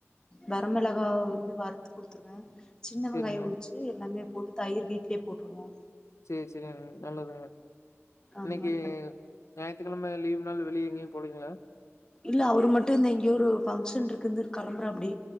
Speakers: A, on the left (about 15°); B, on the left (about 80°).
A: வரமிளகாவ வந்து வறுத்து குடுத்துருவேன் சின்ன
B: சேரிங்க
A: வெங்காயம் உரிச்சு எல்லாமே போட்டு தயிர் வீட்லயே போட்டுருவோ
B: சேரி சேரிங்க நல்லதுங்க
A: அந்த
B: இன்னைக்கு
A: மாரி பண்
B: ஞாயித்துக்கிழமை லீவ் நாள் வெளிய <unintelligible> போலீங்களா
A: இல்ல அவரு மட்டும் இந்த எங்கேயோ ஒரு ஃபங்க்ஷன் இருக்குன்ன கிளம்புறாப்படி